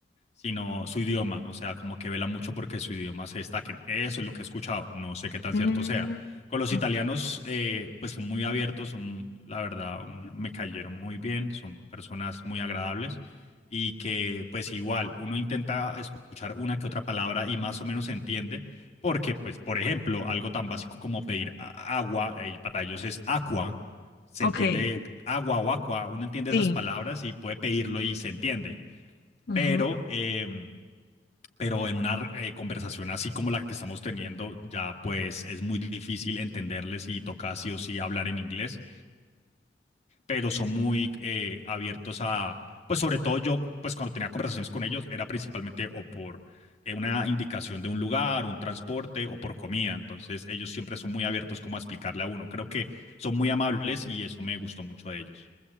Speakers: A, on the left; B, on the left.
A: sino su idioma, o sea, como que vela mucho porque su idioma se destaquen. Eso es lo que he escuchado, no sé qué tan
B: Mm,
A: cierto sea. Con los
B: ok,
A: italianos, eh, pues son muy abiertos, son, la verdad, un- me cayeron muy bien, son personas muy agradables y que pues igual uno intenta escuchar una que otra palabra y más o menos se entiende, porque pues, por ejemplo, algo tan básico como pedir a- agua, eh, para ellos es aqua. Se
B: ok,
A: entiende agua o aqua, uno entiende
B: sí.
A: esas palabras y puede pedirlo y se entiende
B: ajá.
A: pero em, pero en una eh, conversación así como la que estamos teniendo, ya pues es muy difícil entenderles y toca sí o sí hablar en inglés, pero son muy eh, abiertos a, pues sobre todo yo, pues cuando tenía conversaciones con ellos, era principalmente o por eh, una indicación de un lugar, un transporte o por comida, entonces ellos siempre son muy abiertos como a explicarle a uno. Creo que son muy amables y eso me gustó mucho de ellos.